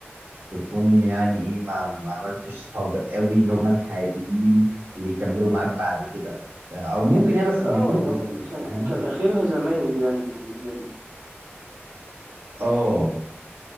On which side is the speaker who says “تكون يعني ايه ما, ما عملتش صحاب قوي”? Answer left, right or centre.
Right